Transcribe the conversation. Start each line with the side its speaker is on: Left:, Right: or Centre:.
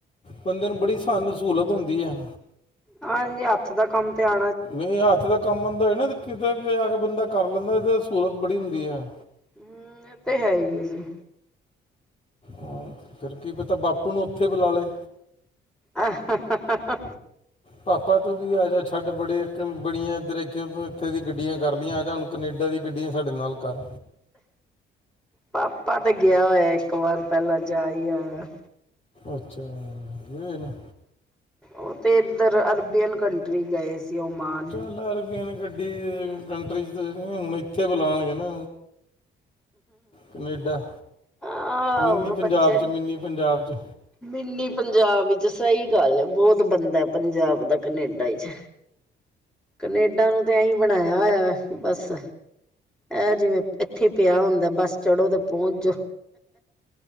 Left: ਬੰਦੇ ਨੂੰ ਬੜੀ ਸਹਾਨ ਸਹੂਲਤ ਹੁੰਦੀ ਹੈ।
Centre: ਹਾਂਜੀ, ਅੱਪ ਦਾ ਕੰਮ ਧਿਆ।
Left: ਨਹੀਂ ਹੱਥ ਦਾ ਕੰਮ ਆਦਾ ਨਾ ਕਿਤੇ ਵੀ ਆ ਕੇ ਬੰਦਾ ਕਰ ਲੈਂਦਾ ਇਹ ਸਹੂਲਤ ਬੜੀ ਹੁੰਦੀ ਹੈ।
Centre: ਹੂੰ, ਇਹ ਤੇ ਹੈਂ ਏ ਜੀ
Left: ਹਾਂ, ਫਿਰ ਕੀ ਪਤਾ ਬਾਪੂ ਨੂੰ ਉੱਥੇ ਬੁਲਾ ਲਏ।
Centre: ਆ, ਹਾ ਹਾ ਹਾ
Left: ਪਾਪਾ ਤੂ ਵੀ ਆ ਜਾ ਛੱਡ ਬੜੇ। ਬੜੀਆਂ ਇੱਧਰ ਕਿ ਇੱਥੇ ਦੀ ਗੱਡੀਆਂ ਕਰ ਲਈਆਂ ਜਾਂ ਹੁਣ ਕਨੇਡਾ ਦੀ ਗੱਡੀਆਂ ਸਾਡੇ ਨਾਲ ਕਰ
Centre: ਪਾਪਾ ਤੇ ਗਿਆ ਹੋਇਆ ਇੱਕ ਵਾਰ ਪਹਿਲਾਂ ਜਾਈ ਆਇਆ।
Left: ਅੱਛਾ ਵੇਲਾ
Centre: ਉਹ ਤੇ ਇੱਧਰ ਅਰਬੀਅਨ ਕੰਟਰੀ ਗਏ ਸੀ ਓਮਾਨ।
Left: <unintelligible> <unintelligible> <unintelligible> ਕੰਟਰੀ ਚ ਤੇ ਹੁਣ ਇੱਥੇ ਬੁਲਾਣਗੇ ਨਾ ਕਨੇਡਾ
Centre: ਆਹ
Left: ਮਿੰਨੀ
Centre: ਹੁਣ
Left: ਪੰਜਾਬ
Centre: ਬੱਚੇ
Left: ਚ ਮਿੰਨੀ ਪੰਜਾਬ ਚ।
Centre: ਮਿੰਨੀ ਪੰਜਾਬ ਵਿਚ ਸਈ ਗੱਲ ਐ ਬੋਤ ਬੰਦਾ ਪੰਜਾਬ ਦੈ ਕਨੇਡਾ ਚ। ਕਨੇਡਾ ਨੂੰ ਤੇ ਐਈ ਬਣਾਇਆ ਹੋਇਆ ਏ ਬਸ। ਐ ਜਿਵੇਂ ਐਥੇ ਪਿਆ ਹੁੰਦਾ ਬਸ ਚੜੋ ਤੇ ਪਹੁੰਚ ਜੋ।